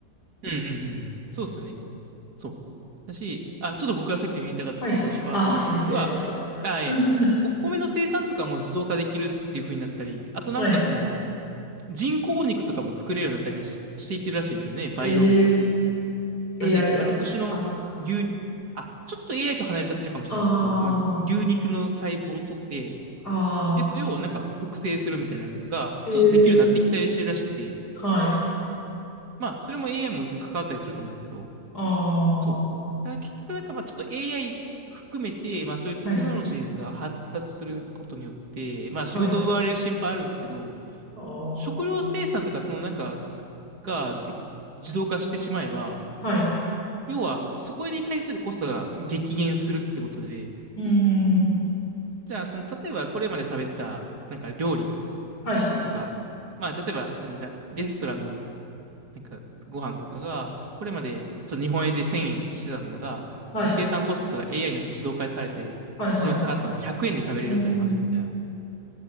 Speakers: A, on the right; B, on the left.
A: うんうんうんうん。そうっすよね。そう。だし、あ、ちょっと僕がさっきの言いたかったこととしては、
B: はい。ああ、すいません、
A: 要は、
B: 失礼しました。
A: あ、え、
B: <laughs>
A: お米の生産とかも自動化できるっていう風になったり、あとなんかその、
B: はい。
A: 人工肉とかも作れるようになったりし、していってるらしいですよね。バイオミートって。
B: えー AI
A: らしいですよ。
B: があく、
A: なんか牛の牛、あ、ちょっと AI と離れちゃってるかもしれないですけど、
B: あ
A: まあ、牛肉の細胞を取って、
B: あ、ああ、
A: で、それをなんか複製するみたいなのが、
B: ええ、
A: ちょっとできるようになってきたりしてるらしくて、
B: はい、
A: まあ、それも AI も関わったりすると思うんですけど、
B: ああ、
A: そう。だから結局なんかまあちょっと AI 含めて、まあそういうテクノロジーが発達することによって、
B: はい、
A: まあ仕事を奪われる心配あるんですけど、
B: はい、ああ、
A: 食料生産とかそのなんかがで自動化してしまえば、
B: はい、
A: 要はそこに対するコストが激減するってことで、
B: うん、うん、うん、うん、
A: じゃあその例えばこれまで食べてたなんか料理
B: はい、
A: とか、まあ例えばそのじゃあレストランのなんかご飯とかが、これまでちょっと日本円で1000円してたものが、
B: はい、
A: もう生産コストが AI によって自動化されて、
B: はい、
A: 非常に下がったので100円で食べれるようになりますみたいな。
B: はい。うん、